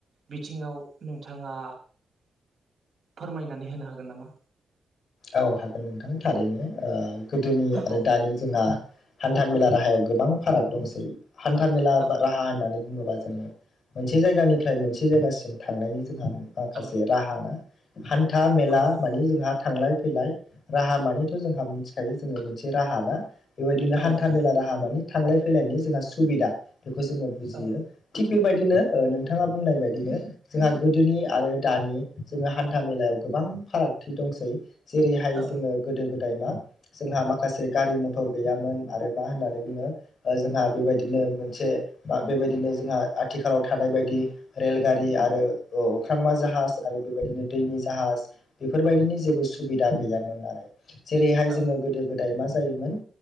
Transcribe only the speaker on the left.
औ हागोन नोंथां थारैनो। गोदोनि आरो
दानि जोंहा हान्था मेला राहायाव गोबां फाराग दंसै। हान्था मेला
बा राहा होननानै बुङोबा जोङो मोनसे जायगानिफ्राय मोनसे जायगासिम थांनायनि
<unintelligible> राहा ना? हान्था मेला
माने जोंहा थांलाय-फैलाय फैलाय राहा मानिथ' जोंहा मिथिखायो जोङो मोनसे राहा ना बेबायदिनो
हान्था
मेला राहा मानि थांलाय फैलायनि जोंहा सुबिदा। बेखौ जोङो बुजियो
थिग बेबायदिनो ओ नोंथाङा बुंनाय बायदि बिदिनो जोंहा गोदोनि आरो दानि जोङो हान्था मेलायाव गोबां फारागथि दंसै। जेरैहाय
जोङो गोदो-गोदाय मा जोंहा मा खा- माखासे गारि मथर गैयामोन आरो मा होननानै बुङो ओ जोंहा बेबायदिनो मोनसे बा बिदिनो जोंहा आथिखालाव थानाय बायदि रेल गारि आरो अख्रांमा जाहाज आरो बेबायदिनो दैनि जाहाज बेफोरबायदिनि जेबो सुब सुबिदा गैयामोन आरो जेरैहाय
जोङो गोदो-गोदाय मा जायोमोन